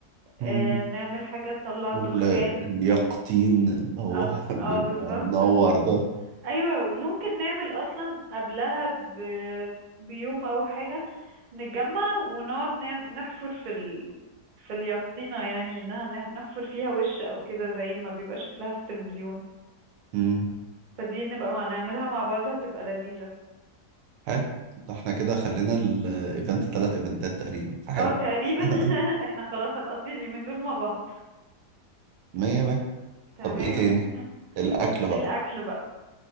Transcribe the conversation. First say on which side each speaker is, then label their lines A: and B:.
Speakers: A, on the right; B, on the right.
A: مم.
B: آه، نعمل حاجه تطلع
A: ولا
B: دخان
A: اليقطين اللي هو
B: اه
A: <laughs> بيبقى
B: آه، بالظبط
A: منور
B: <laughs>
A: ده
B: ايوه ممكن نعمل اصلا قبلها ب- بيوم او حاجه نتجمع ونقعد نعم نحفر في ال... في اليقطينه يعني انها نح- نحفر فيها وش او كده زي ما بيبقى شكلها في التلفزيون
A: مم.
B: فدي نبقى مع نعملها مع بعض هتبقى لذيذه
A: حلو ده احنا كده خلينا الايفنت تلات ايفنتات تقريبا فحلو
B: اه تقريبا
A: <laughs>
B: <laughs> احنا خلاص هنقضي اليومين دول مع بعض
A: مية مية
B: تمام
A: طب ايه تاني
B: <laughs>
A: الاكل بقى
B: الاكل بقى